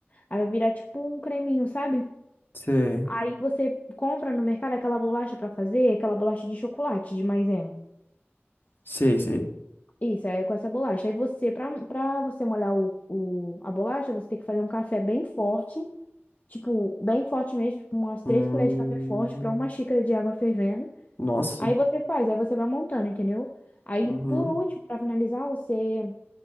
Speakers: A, on the left; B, on the left.
A: Aí vai virar tipo um creminho, sabe?
B: Sei,
A: Aí você compra no mercado aquela bolacha pra fazer, aquela bolacha de chocolate, de maisena.
B: sei, sei.
A: Isso, aí é com essa bolacha. Aí você, pra, pra você molhar o, o, a bolacha, você tem que fazer um café bem forte tipo, bem forte mesmo, tipo, umas três
B: Hum,
A: colheres de café forte para uma xícara de água fervendo.
B: nossa.
A: Aí você faz, aí você vai montando, entendeu? Aí,
B: Uhum.
A: por último, para finalizar, você